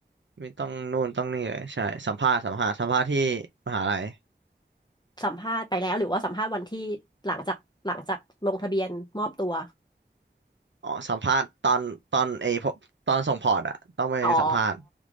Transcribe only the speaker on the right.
ไม่ต้องนู่นต้องนี่เลยใช่สัมภาษณ์สัมภาษณ์สัมภาษณ์ที่มหาลัย
อ๋อสัมภาษณ์ตอนตอนไอพกตอนส่งพอร์ตอะต้องไปสัมภาษณ์